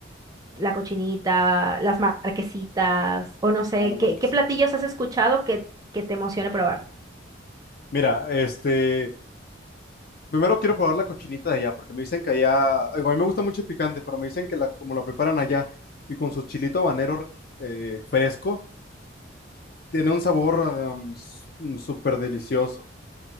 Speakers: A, on the right; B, on the left.
A: la cochinita, las marquesitas, o no sé,
B: A la
A: ¿qué,
B: mar que
A: qué platillos
B: sí.
A: has escuchado que, que te emocione probar?
B: Mira, este, primero quiero probar la cochinita de allá, porque me dicen que allá, digo, a mí me gusta mucho el picante, pero me dicen que la, como la preparan allá y con su chilito habanero eh, fresco, tiene un sabor um, s- mm, súper delicioso.